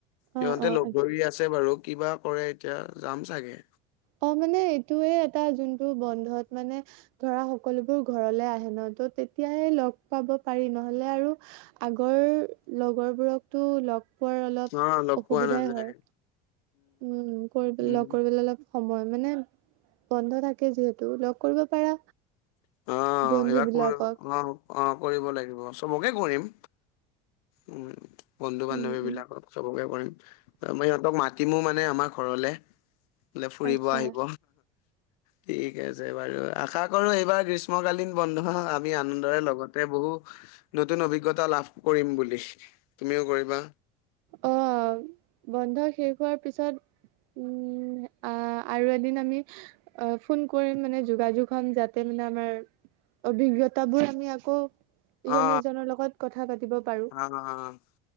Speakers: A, on the left (about 85°); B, on the right (about 65°).
A: সিহঁতে
B: অ অ
A: লগ
B: আচ্ছা
A: ধৰি আছে বাৰু কিবা কৰে এতিয়া যাম চাগে।
B: অ মানে এইটোয়ে এটা যোনটো বন্ধত মানে ধৰা সকলোবোৰ ঘৰলে আহে ন। ত' তেতিয়াই লগ পাব পাৰি ন'হলে আৰু আগৰ লগৰবোৰকটো লগ পোৱাৰ অলপ
A: অ', লগ
B: অসুবিধাই
A: পোৱা নাযায়।
B: হয়। উম, কৰিবলে
A: উম।
B: লগ কৰিবলে অলপ সময় মানে বন্ধ থাকে যিহেতু লগ কৰিব পাৰা
A: <inaudible> অঁ,
B: বন্ধু বিলাকক
A: কৰিব লাগিব। চবকে কৰিম, উম বন্ধু বান্ধৱী
B: উম উম
A: বিলাকক। চবকে কৰিম, মই সিহঁতক মাতিমো মানে আমাৰ ঘৰলে। বোলে ফুৰিব
B: আচ্ছা
A: আহিব ঠিক আছে বাৰু আশা কৰো এইবাৰ গ্ৰীষ্মকালীন বন্ধ এই আনন্দৰে লগতে বহু নতুন অভিজ্ঞতা লাভ কৰিম বুলি তুমিও কৰিবা।
B: অঁ, বন্ধ শেষ হোৱাৰ পিছত, উম, আহ আৰু এদিন আমি অঁ, ফোন কৰিম মানে যোগাযোগ হ'ম যাতে মানে আমাৰ অভিজ্ঞতা বোৰ আমি আকৌ ইজনে
A: অ
B: সিজনৰ লগত কথা পাতিব পাৰো
A: অ অ